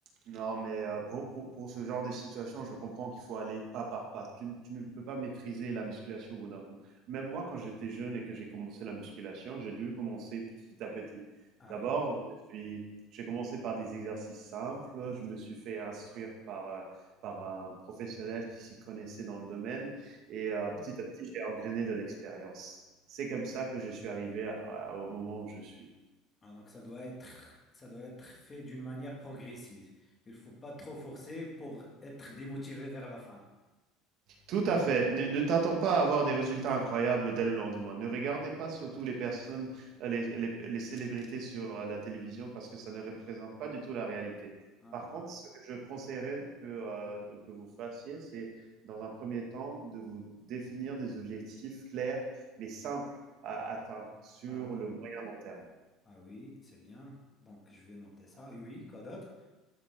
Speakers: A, on the right (about 50°); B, on the left (about 20°).
A: Non, mais euh, pour, pour, pour ce genre de situation, je comprends qu'il faut aller pas par pas. Tu, ne- tu ne peux pas maîtriser la musculation au bout d'un coup. Même moi, quand j'étais jeune et que j'ai commencé la musculation, j'ai dû commencer petit à petit.
B: Ah
A: D'abord,
B: oui,
A: je me suis, j'ai commencé par des exercices simples. Je me suis fait instruire par, euh, par un professionnel qui s'y connaissait dans le domaine. Et
B: ah
A: euh, petit
B: oui.
A: à petit, j'ai engrainé de l'expérience. C'est comme ça que je suis arrivé à- à- au moment où je suis.
B: Ah, donc ça doit être, ça doit être fait d'une manière progressive. Il faut pas trop forcer pour être démotivé vers la fin.
A: Tout à fait. Ne, ne t'attends pas à avoir des résultats incroyables dès le lendemain. Ne regardez pas surtout les personnes, euh, les, les- les célébrités sur euh, la télévision parce que ça ne représente pas du tout la réalité.
B: Ah
A: Par
B: oui.
A: contre, ce que je conseillerais que, euh, que vous fassiez, c'est dans un premier temps de vous définir des objectifs clairs mais simples à atteindre sur
B: Ah, attends.
A: le moyen long terme.
B: Ah oui, c'est bien. Donc, je vais noter ça. Oui, quoi d'autre?